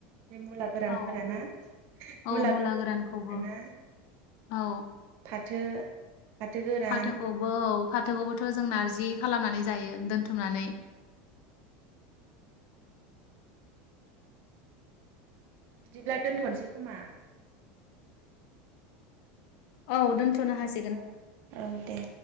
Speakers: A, on the right; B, on the left.
A: बे मुला गोरानफोर
B: औ
A: ना
B: औ
A: मुला गुनद्रु
B: गोरानखौबो
A: ना?
B: औ
A: फाथो फाथो गोरान
B: फाथोखौबो औ फाथोखौबोथ' जों नारजि खालामनानै जायो दोनथुमनानै '
A: बिदिब्ला दोनथ'नोसै खोमा?
B: औ दोनथ'नो हासि
A: ओ औ दे।